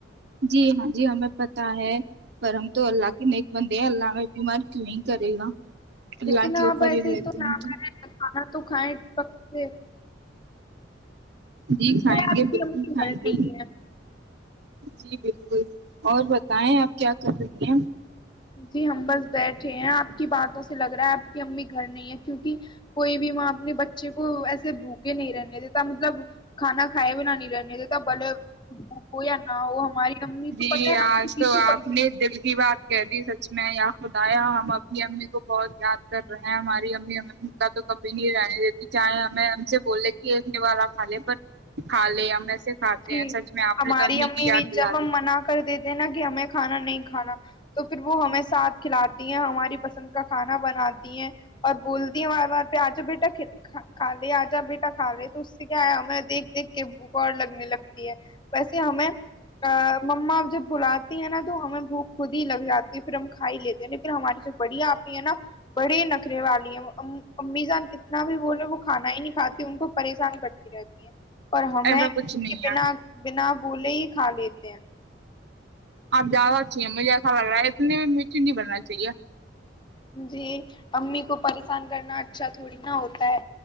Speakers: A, on the right; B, on the left.
A: جی ہاں جی ہمیں پتہ ہے پر ہم تو اللہ کے نیک بندے ہیں اللہ میں بیمار کیوں ہی کرے گا اللہ
B: لیکن
A: کے اوپر
B: آپ ایسے
A: ہی رہتے
B: تو نہ
A: ہیں
B: کریں تو کھائ پکتے
A: جی کھائیں
B: آپ
A: گے
B: کی
A: بالکل
B: امی گھر
A: کھائیں
B: نہیں
A: گے
B: ہے
A: جی بالکل اور بتائیں آپ کیا کر رہی ہیں
B: جی ہم بس بیٹھے ہیں آپ کی باتوں سے لگ رہا ہے آپ کی امی گھر نہیں ہے کیوںک کوئی بھی ماں اپنے بچے کو ایسے بوکے نہیں رہنے دیتا مطلب کھانا کھائے بھی نہ نہیں رہنے تو بلے ہو ج نا ہاں وہ ہماری امی تو
A: جی
B: پتہ ہے
A: آج
B: ہمارے پیچھے
A: تو آپ
B: پڑ گئی
A: نے دل کی بات کہہ دی س میں یا خدایا ہم اپنی امی کو بہت یاد کر رہے ہیں ہماری امی ہم کا تو کبھی نہیں رہنے دیتی چاہے ہمیں ہم سے بولے کہ ایک ن والا کھا لے پر کھا لے ہم سے کھاتے
B: جی
A: ہیں سچ میں آپ
B: ہماری
A: نے تو امی کی یاد
B: بھی
A: دلا
B: جب ہم
A: دی
B: منع کر دیتے نا کہ ہمیں کھانا نہیں کھانا تو پھر وہ ہمیں ساتھ کھلاتی ہیں ہماری پسند کا کھانا بناتی ہیں اور بولتی ہیں بار بار پہ آجا بیٹا کا لے آجا بیٹا کھ لے تو اس سے کیا ہےیا ہمیں دیکھ دیکھ کے اور لگنے لگتی ہے ویسے ہمیں مما جب بلاتی ہے نا تو ہمیں بھوک خود ہی لگ جاتی ہے پھر ہم کھائی لیتے ہیں لیکن ہماری جو بڑیا آپ ہی ہے نا بڑی نخرے والی ہیں امی جان کتنا بھی بولے وہ کھانا ہی نہیں کھاتی ان کو پریشان کرتی رہتی ہے اور ہمیں
A: ایسا کچھ نہیں
B: کہ بنا
A: ہے
B: بنا بوولے ہی کھ <unintelligible>
A: آپ زیادہ اچھی ہیں مجھے ایسا لگ رہا ہے اتنے بھی مچ نہیں بننا چاہیے
B: جی امی کو پریشان کرنا اچھا تھوڑی نا ہوتا ہے